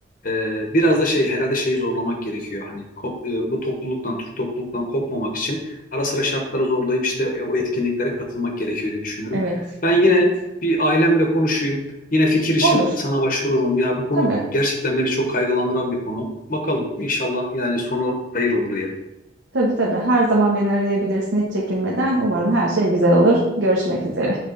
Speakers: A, on the left; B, on the right.
A: e, biraz da şey herhalde şeyi zorlamak gerekiyor. Hani ko- e, bu topluluktan Türk topluluktan kopmamak için ara sıra şartları zorlayıp işte e, o etkinliklere katılmak gerekiyor diye düşünüyorum.
B: Evet,
A: Ben yine
B: evet.
A: bir ailemle konuşayım. Yine fikir için
B: Olur.
A: sana başvururum. Ya bu konu
B: Tabii.
A: gerçekten beni çok kaygılandıran bir konu. Bakalım inşallah yani sonu hayır olur diyelim.
B: Tabii tabii. Her zaman beni arayabilirsin hiç çekinmeden. Umarım her şey güzel olur. Görüşmek üzere.